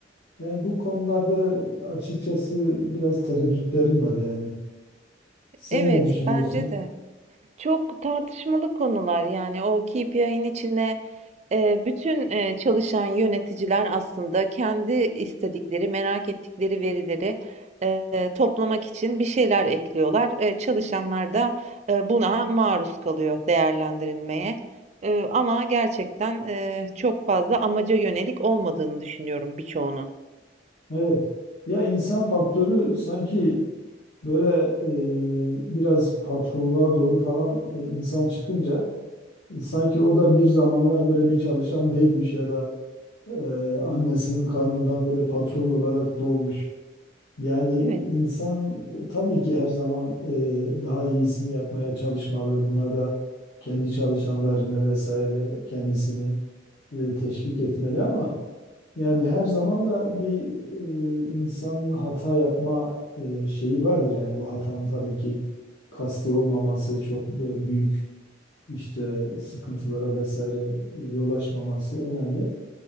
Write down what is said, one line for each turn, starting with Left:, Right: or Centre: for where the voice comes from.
Left: Yani bu konularda açıkçası biraz tereddütlerim var yani. Sen
Right: Evet,
Left: ne düşünüyorsun?
Right: bence de. Çok tartışmalı konular yani o KPI'nin içine e, bütün e, çalışan yöneticiler aslında kendi istedikleri, merak ettikleri verileri e, toplamak için bir şeyler ekliyorlar. E, çalışanlar da e, buna maruz kalıyor değerlendirilmeye. E, ama gerçekten e, çok fazla amaca yönelik olmadığını düşünüyorum birçoğunun.
Left: Evet. Ya insan faktörü sanki böyle e, biraz patronluğa doğru falan e, insan çıkınca e, sanki o da bir zamanlar böyle bir çalışan değilmiş ya da e, annesinin karnından böyle patron olarak doğmuş. Yani
Right: Evet,
Left: insan tabii ki her zaman e, daha iyisini yapmaya çalışmalı. Buna da kendi çalışanlarını vesaire kendisini e, teşvik etmeli ama yani her zaman da bir e, insanın hata yapma e, şeyi vardır. Yani bu hatanın tabii ki kasti olmaması çok bö- büyük işte sıkıntılara vesaire yol açmaması önemli.